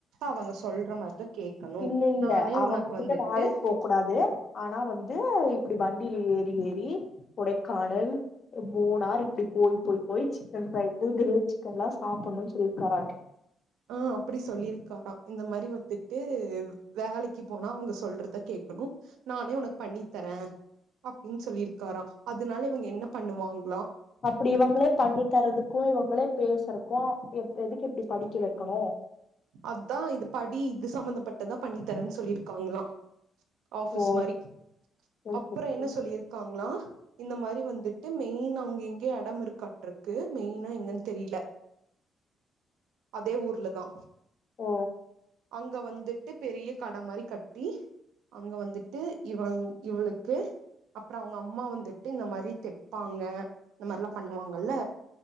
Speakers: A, on the right (about 90°); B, on the left (about 50°).
A: அவங்க சொல்ற மாரிதா கேட்கணு
B: இல்ல இல்ல
A: நானே
B: அவங்ககிட்ட
A: உனக்கு வந்துட்டு
B: வேலைக்கு போக்கூடாது ஆனா வந்து இப்டி வண்டில ஏறி ஏறி கொடைக்கானல் மூணார் இப்டி போய் போய் போய் சிக்கன் ஃப்ரைஸ் கிரில் சிக்கன் எல்லா சாப்புட்ணுனு சொல்லிருக்காராட்டு
A: ஆ, அப்டி சொல்லிருக்காரா இந்த மாரி வந்துட்டு வேலைக்கி போனா அவுங்க சொல்றத கேக்குணு நானே உனக்கு பண்ணித்தர அப்டினு சொல்லிருக்காரா அதுனால இவுங்க என்ன பண்ணுவாங்
B: அப்டி இவங்களே பண்ணி தரதுக்கு இவங்களே பேசறக்கு எது எதுக்கு இப்டி படிக்க வை க்கனு
A: அதா இது படி இது சம்மந்தப்பட்டதா பண்ணி தரனு சொல்லிருக்காங்களா ஆபிஸ்
B: ஓ
A: மாரி
B: சரி
A: அப்பற
B: சரி சரி.
A: என்ன சொல்லிருக்காங்ளா இந்த மாரி வந்துட்டு மெயின் அங்கெங்கயோ அடம் இருக்காட்டுருக்கு மெயினா எங்கனு தெரில அதே ஊர்லதா
B: ஓ
A: அங்க வந்துட்டு பெரிய கட மாரி கட்டி அங்க வந்துட்டு இவளங் இவுளுக்கு அப்றோ அவுங்க அம்மா வந்துட்டு இந்த மாரி தெப்பாங்க இந்த மாரிலா பண்ணுவாங்கல்ல